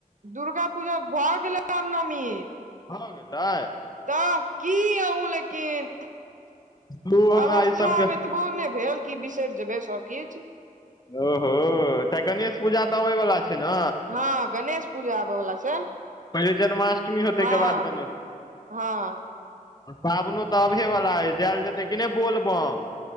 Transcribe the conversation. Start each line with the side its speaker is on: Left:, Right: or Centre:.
Right: दुर्गा पूजा भ गेलै रामनवमी।
Left: भ गेलै?
Right: त की अहुं लेकिन,
Left: तू हमरा
Right: अवस्था
Left: ई सबके
Right: आब एत बो नै भेल कि बिसरि जेबै सब किछ।
Left: ओहो एकटा गणेश पूजा त अबै बला छै न?
Right: हँ गणेश पूजा आब बला छै।
Left: पहिले जन्माष्टमी होतै
Right: हँ
Left: तै के बाद गनेश <inaudible>
Right: हँ
Left: सावनो त आबहे बला अइ जाएल जेतै कि नै बोलबम?